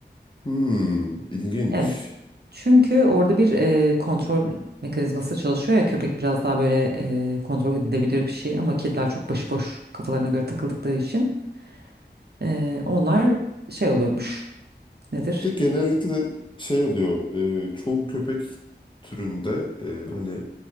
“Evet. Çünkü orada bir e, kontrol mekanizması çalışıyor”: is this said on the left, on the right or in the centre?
Right